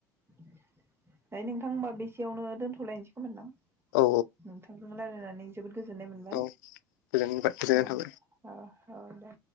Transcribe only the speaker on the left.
औ
औ गोजोनबाय गोजोननाय
थाबाय